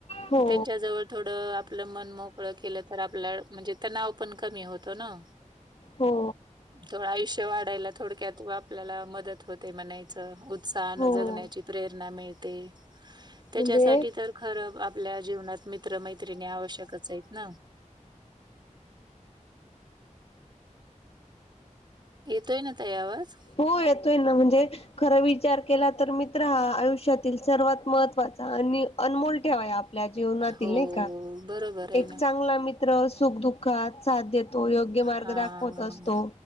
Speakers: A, on the left; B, on the right.
A: हो
B: त्यांच्या जवळ थोडं. आपलं मन मोकळं केलं तर आपल्या म्हणजे तणाव पण कमी होतो ना.
A: हो.
B: त आयुष्य वाढायला थोडक्यात आपल्याला मदत होते म्हणायचं उत्साहानं
A: हो
B: जगण्याची. प्रेरणा मिळते.
A: म्हणजे
B: त्याच्यासाठी तर खरं आपल्या जीवनात मित्र मैत्रिणी आवश्यकच आहेत ना. येेतो ये ना ताई आवाज?
A: हो येतोय ना म्हणजे खरं विचार केला तर मित्र हा आयुष्यातील सर्वात महत्त्वाचा. आणि अनमोल ठेवाया. आपल्या जीवनातील
B: हो,
A: नाही का
B: बरोबर आहे
A: एक
B: ना.
A: चांगला मित्र सुख दुखात साथ देतो. योग्य मार्ग
B: हां,
A: दाखवत असतो